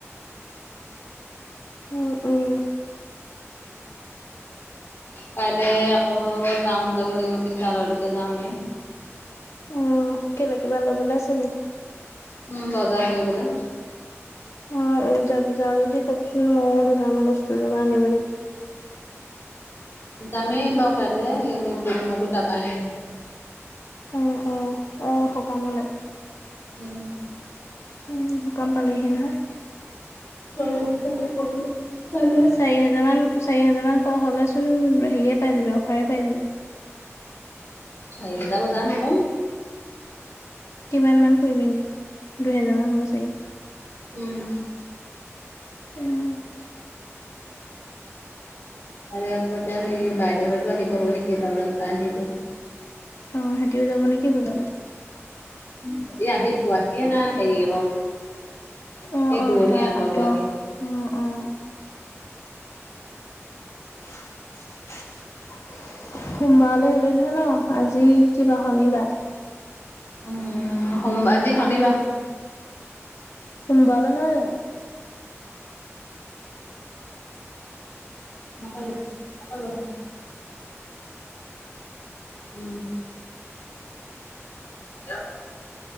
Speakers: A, on the left; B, on the left.
A: উম উম
B: কাইলে আকৌ টাউন যাব লাগিব বিশাললৈকে যাওঁনে।
A: উম কেলে কিবা ল'বলৈ আছে নি?
B: উম বজাৰ কৰিবলে।
A: অ যাব যাওঁ যদি কবিচোন মইয়ো দুটান বস্তু আনিব দিম।
B: যামেই বাৰু কাইলৈ এইবোৰ বুট মগু তাৰ পৰাই আনিমগে।
A: অঁ অ অ সকামলে?
B: উম।
A: উম সকাম পালেহিয়ে নহয়।
B: <unintelligible>
A: চাৰি হাজাৰমান চাৰি হাজাৰমান পাৰ হ'লেচোন হেৰিয়ে পাই যিবি অফাৰেই পাই যিবি।
B: চাৰি হাজাৰ বজাৰ নকৰো।
A: কিমান মান কৰিবি এনে দুইহাজাৰ মান হ'ব চাগে?
B: উম।
A: উম।
B: কাইলে আকৌ এতিয়া সেই বাইদেউহতো আহি পাবহি কেইটা বজাত পাই আহি এতিয়া।
A: অঁ সিহঁতিও যাব নেকি বজাৰলে?
B: হেঁতি আহি পোৱাহিয়ে নাই হেৰি অ
A: অ
B: এই দূৰণি
A: অ তা
B: আঁতৰোৱাকে
A: ত উম অঁহ। সোমবাৰলৈ হলেই নহয় ন? আজি কিবাৰ শনিবাৰ।
B: উম সোম আজি শনিবাৰ।
A: সোমবাৰলে নহয় জানো?
B: নকৰিব নকৰিব। <inaudible> <unintelligible>